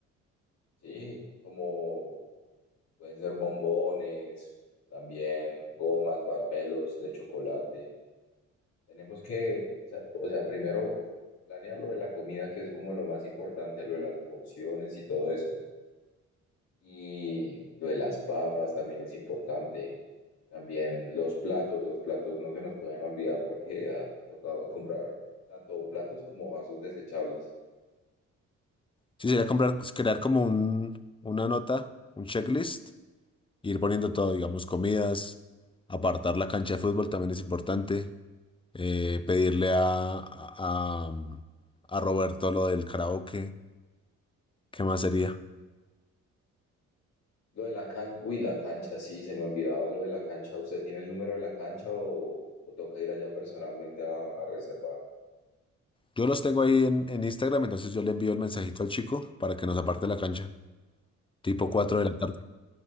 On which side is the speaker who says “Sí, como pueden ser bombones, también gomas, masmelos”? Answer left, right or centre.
Left